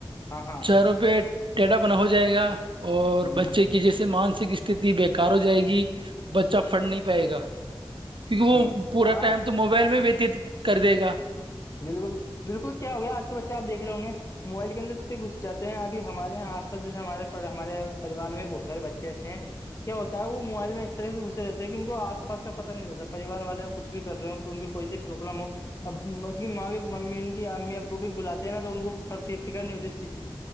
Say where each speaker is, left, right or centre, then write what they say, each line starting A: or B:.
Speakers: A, on the left (about 30°); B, on the right (about 60°).
A: ہاں ہاں
B: چاروں پہ ٹیٹا بنا ہو جائے گا اور
A: ہوں
B: بچے کی جیسے مانسک است بےیکار ہو جائے گی بچہ پڑ نہیں پائے گا کیونکہ وہ
A: ہوں
B: پورا
A: ہاں
B: ٹائم تو موبائل میں وتیت کر دے گا
A: بالکل بالکل کیا ہو گیا آج کے بچے آپ دیکھے ہوں گے موبائل کے اندر گھس جات ہیںب ہمارے یہاں آس پس جیسے ہمارے ہمارے پوار میں بہت سارے بچے ایسے ہیں کیا ہوتا ہے وہ موائل میں اس طرح سے گھسے رہتے ہیں ان کو آس پا کا پ نہیں رہتا پریوار والے کچ بھی کر رہے ہو بھی کوئی سے پرابلم ہو اب اس کی ماں بھی ممی ان کی امی ابو بھی بلاتے ہیں نا تو ان کو فکر نہیں ہوتی اس چیز